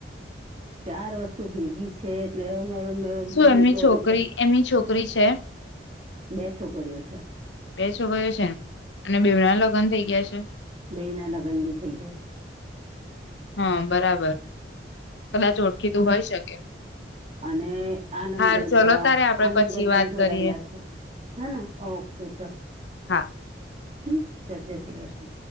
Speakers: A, on the right (about 35°); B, on the left (about 85°).
A: ચાર વસ્તુ ભેગી છે એટલે હવે મેં
B: શું
A: બી
B: એમની
A: તો
B: છોકરી
A: હવે પ
B: એમની છોકરી છે
A: બે છોકરીઓ છે.
B: બે છોકરીયો છે ને અને બેવના લગ્ન થઇ ગયા છે?
A: બેઈ ના લગ્ન બી થઈ ગયા છે.
B: હા, બરાબર કદાચ ઓળખી
A: હા
B: તું હોય શકે.
A: અને આનંદ
B: હાર
A: ગરબો,
B: ચલો તારે આપડે
A: આનંદ
B: પછી
A: ગરબા
B: વાત
A: ને જોડાયેલા
B: કરીએ
A: છે. હને, ઓકે ચલ
B: હા
A: હ, ચલ જે શ્રી કૃષ્ણ.